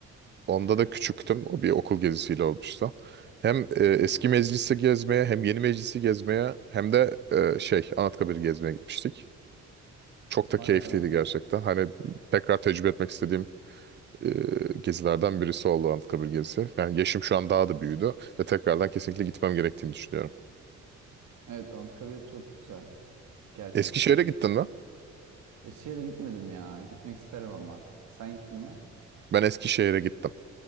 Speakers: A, on the right; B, on the right.
A: Onda da küçüktüm. O bir okul gezisiyle olmuştu. Hem e, eski meclisi gezmeye hem yeni meclisi gezmeye hem de e, şey Anıtkabir'i gezmeye gitmiştik. Çok da
B: Vay
A: keyifliydi
B: be.
A: gerçekten. Hani tekrar tecrübe etmek istediğim e, gezilerden birisi oldu Anıtkabir gezisi. Yani yaşım şu an daha da büyüdü ve tekrardan kesinlikle gitmem gerektiğini düşünüyorum.
B: Evet Anıtkabir çok güzel. Gerçekten.
A: Eskişehir'e gittin mi?
B: Eskişehir'e gitmedim ya. Gitmek isterim ama. Sen gittin mi?
A: Ben Eskişehir'e gittim.